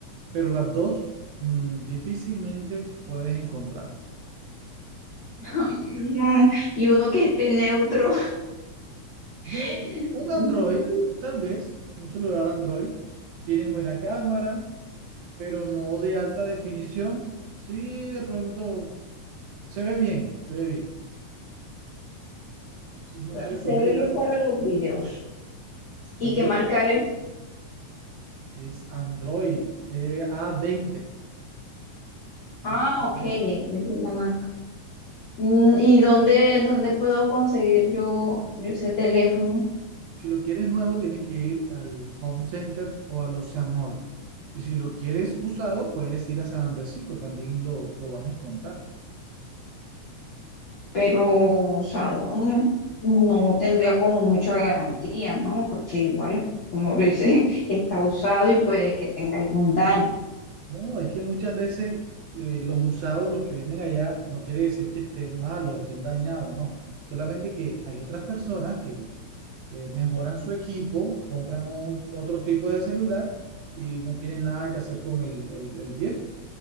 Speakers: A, on the right; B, on the left.
A: pero las dos mm, difícilmente puedes encontrarlo.
B: Ay, no. Y uno que esté neutro.
A: No,
B: <laughs>
A: un Android, tal vez, un celular Android, tienen buena cámara, pero no de alta definición. Sí, de pronto se ve bien, se ve bien. Entonces, no sé,
B: Se
A: tú me
B: ve
A: dirás.
B: bien para los videos.
A: Sí,
B: ¿Y qué marca es?
A: es Android eh, A20,
B: Ah,
A: es el modelo.
B: ok, es la marca. Mm, ¿Y dónde, dónde puedo conseguir yo, yo ese teléfono?
A: Si lo quieres nuevo, tienes que ir al Home Center o al Ocean Mall. Y si lo quieres usado, puedes ir a San Andresito, también lo, lo vas a encontrar.
B: Pero usado no tendría como mucha garantía, ¿no? Porque igual, como lo dice, <laughs> está usado y puede que tenga algún daño.
A: No, es que muchas veces eh, los usados, los que venden allá, no quiere decir que estén malos, estén dañados, no. Solamente que hay otras personas que eh, mejoran su equipo, compran un- otro tipo de celular y no tienen nada que hacer con el, el- el viejo.